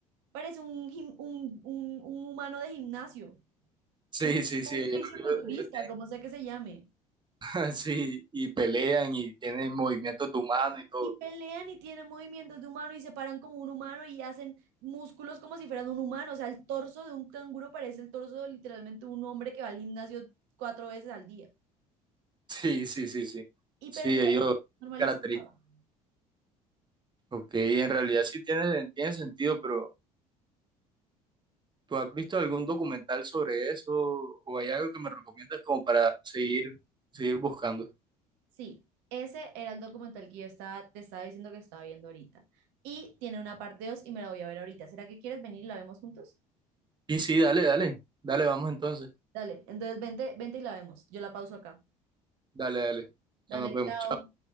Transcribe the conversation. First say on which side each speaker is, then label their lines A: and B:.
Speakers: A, on the right; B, on the right.
A: Parece un, gim- un, un, un humano de gimnasio,
B: Sí,
A: un,
B: sí, sí,
A: un
B: ellos-
A: fisiculturista,
B: ellos- ellos
A: como sea que se llame.
B: tienen- <laughs> sí, y pelean y tienen movimientos de humano y todo.
A: Y pelean y tienen movimientos de humano y se paran como un humano y hacen músculos como si fueran un humano. O sea, el torso de un canguro parece el torso de literalmente un hombre que va al gimnasio cuatro veces al día.
B: Sí, sí, sí, sí.
A: Y
B: Sí,
A: pero ya
B: ellos
A: normalizado.
B: características. Ok, en realidad sí tiene, tiene sentido, pero ¿tú has visto algún documental sobre eso o hay algo que me recomiendas como para seguir, seguir buscando?
A: Sí, ese era el documental que yo estaba, te estaba diciendo que estaba viendo ahorita. Y tiene una parte 2 y me la voy a ver ahorita. ¿Será que quieres venir y la vemos juntos?
B: Y sí, dale, dale, dale, vamos entonces.
A: Dale, entonces vente, vente y la vemos. Yo la pauso acá.
B: Dale, dale.
A: Dale,
B: Ya nos vemos.
A: chao.